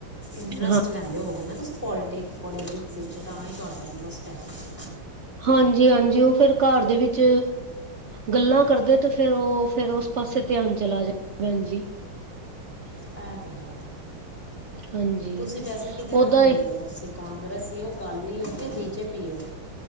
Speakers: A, on the left; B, on the right.
A: ਇੰਟਰਸਟ
B: ਹਾਂ
A: ਲੈਂਦੇ ਹੋਵੋਗੇ ਨਾ ਤੁਸੀਂ ਪੋਲੀਟਿਕ ਪੋਲੀਟਿਕ ਇਸ ਚ ਤਾਂ ਈ ਤੁਹਾਡਾ ਇੰਟਰਸਟ ਹੈਗਾ ਵ
B: ਹਾਂਜੀ-ਹਾਂਜੀ ਉਹ ਫਿਰ ਘਰ ਦੇ ਵਿੱਚ ਗੱਲਾਂ ਕਰਦੇ ਤੇ ਫਿਰ ਉਹ ਫਿਰ ਉਸ ਪਾਸੇ ਧਿਆਨ ਚਲਾ ਜਾ ਭੈਣ ਜੀ
A: ਐ ਤੇ ਹੈ
B: ਹਾਂਜੀ
A: ਤੁਸੀਂ ਪੈਸੇ ਕਿਤੇ
B: ਓਦਾਂ
A: ਨਾਲ ਲਾਉਦੇ ਹੋ? ਤੁਸੀਂ ਕਾਂਗਰਸੀ ਓ, ਅਕਾਲੀ ਓਕਿ ਬੀਜੇਪੀ ਹੋ।